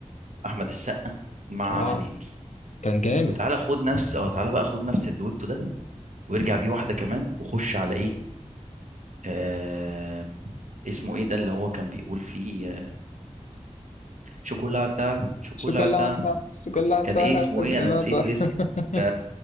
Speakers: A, on the right; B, on the left.
A: احمد السقا مع
B: اه
A: هنيدي
B: كان جامد
A: وتعالى خد نفس اه تعالى بقى خد نفس الدويتو ده وارجع بيه واحدة كمان وخش على ايه آه... اسمه ايه ده اللي هو كان بيقول فيه آه، شوكولاتة شوكولاتة
B: شوكولاته شوكولاته
A: كان ايه اسمه ايه
B: شوكولاته
A: انا نسيت اسمه
B: <laughs>
A: ده